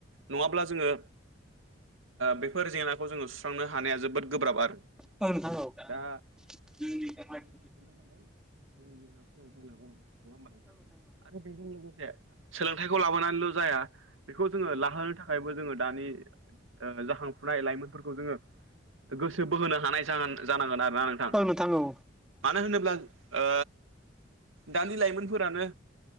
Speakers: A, on the right; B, in the centre.
A: नङाब्ला जोङो बेफोर जेंनाखौ जोङो सुस्रांनो हानाया जोबोद गोब्राब आरो
B: औ नोंथां औ।
A: दा
B: <unintelligible>
A: बेनो जाबाय जोंनि गेजेराव सोलोंथाइ लाबोनाय नंङा होनबा नोंथां आरो बेजों लोगोसे सोलोंथाइखौ लाबोनानैल' जाया बेखौ जोङो लाहोनो थाखायबो जोङो दानि ओ जाखांफुनाय लाइमोनफोरखौ जोङो गोसो बोहोनो हानाय जाहोन-जानांगोन आरोना नोंथां।
B: नोंथा औ
A: मानो होनोब्ला ओ दानि लाइमोनफोरानो